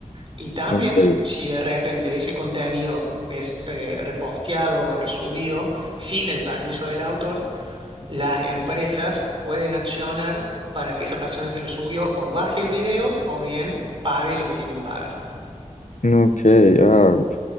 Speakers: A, on the right (about 40°); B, on the left (about 65°).
A: Y también,
B: ok.
A: si de repente ese contenido es eh, reposteado o resubido sin el permiso del autor, las empresas pueden accionar para que esa persona que lo subió o baje el video o bien pague lo que tiene que pagar.
B: Ok, ah, ok.